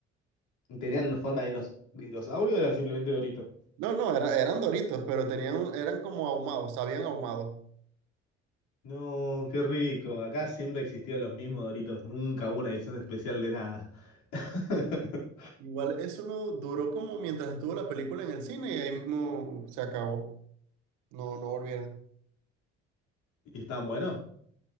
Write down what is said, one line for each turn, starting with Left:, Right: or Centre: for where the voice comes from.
Left: ¿Tenían forma de dinos- dinosaurio o eran simplemente doritos?
Right: No, no, era- eran Doritos, pero tenían, un- eran como ahumados, sabían ahumado.
Left: No, qué rico. Acá siempre existieron los mismos Doritos. Nunca hubo una edición especial de nada. <laughs>
Right: Igual eso no duró como mientras estuvo la película en el cine y ahí mismo se acabó. No, no volvieron.
Left: ¿Y están buenos?